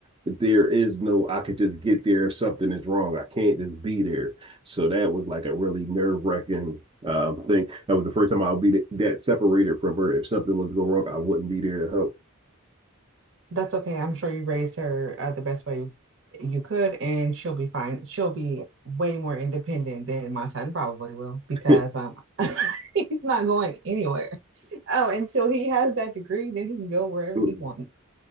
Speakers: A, on the right (about 25°); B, on the right (about 65°).
A: there is no I could just get there if something is wrong. I can't just be there. So that was like a really nerve wracking um, uh, thing. That was the first time I'll be that separated from her. If something was to go wrong, I wouldn't be there to
B: That's okay. I'm sure you raised her uh, the best way you could, and she'll be fine. She'll be way more independent than my son probably will because
A: help.
B: um, <laughs> he's not going anywhere. Oh, until he has that degree, then he can go wherever
A: <laughs>
B: he wants.